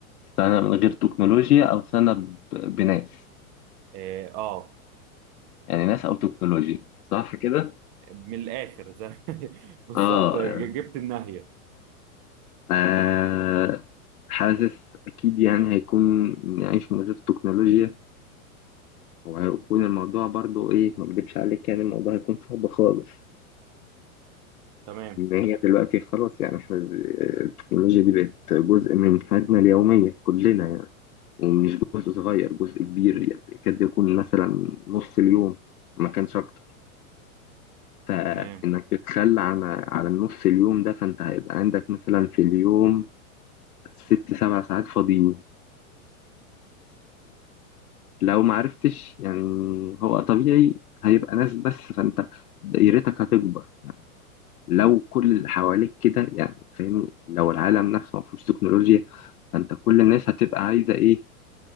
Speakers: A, on the left; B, on the right.
A: سنة من غير تكنولوجيا أو سنة ب- بناس
B: اه, آه
A: يعني ناس أو تكنولوجيا صح كده؟
B: من الآخر زي <laughs> بالظبط
A: اه
B: جبت النهاية
A: آه حاسس أكيد يعني هيكون نعيش من غير تكنولوجيا وهيكون الموضوع برضو إيه ما أكدبش عليك يعني الموضوع هيكون صعب خالص
B: تمام
A: إن هي دلوقتي خلاص يعني إحنا التكنولوجيا دي بقت جزء من حياتنا اليومية كلنا يعني ومش جزء صغير جزء كبير يكاد يكون مثلا نص اليوم ما كانش أكتر فإنك
B: تمام
A: تتخلى عن على النص اليوم ده فأنت هيبقى عندك مثلا في اليوم ست سبع ساعات فاضيين لو ما عرفتش يعني هو طبيعي هيبقى ناس بس فانت دايرتك هتكبر يعني لو كل اللي حواليك كده يعني فاهمني لو العالم نفسه ما فيهوش تكنولوجيا فانت كل الناس هتبقى عايزة ايه